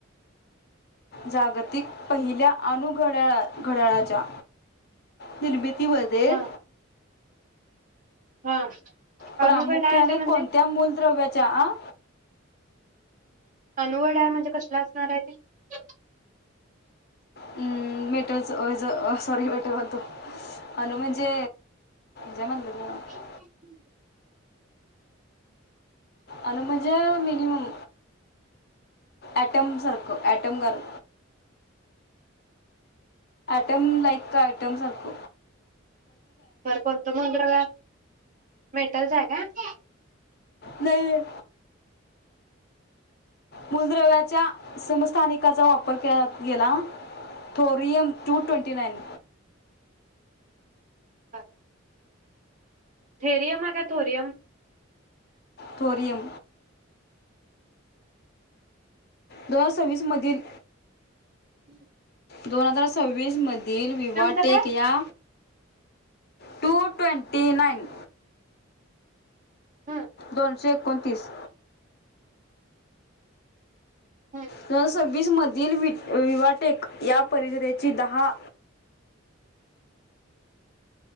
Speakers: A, on the left; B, on the right.
A: जागतिक पहिल्या अनुघड्याळत घड्याळाच्या निर्मितीमध्ये
B: हा हा
A: प्रामुख्याने
B: अनुघड आहे म्हणजे
A: कोणत्या मूल द्रव्याच्या च
B: अनुवड आहे म्हणजे कसला असणार आहे ते
A: हम् मेटच सॉरी मेट म्हनतो अन म्हणजे जे म्हणलं.
B: हम्
A: ते. अनुमज मनीिमम ॲटम सारख ॲटम कर टम लाईक टम सारख
B: सर कोंत मुंदर का मेटलचा ह का
A: नाही. मूलद्रव्याच्या समस्थानिकाचा वापर केला गेला थोरियम टू ट्वेंटी नाइन
B: हा थेरियम आहे का थोरियम
A: तोरीयम दोन हजार सव्वीस मधील
B: हम्म.
A: दोन हजार सव्वीस वीज मधील विवा
B: काय?
A: टेक या टू ट्वेंटी नाईन.
B: हम्म.
A: दोनशे एकोणतीस
B: हम्
A: दोन हजार सव्वीस मधील विवाटेक या परिषदेची दहा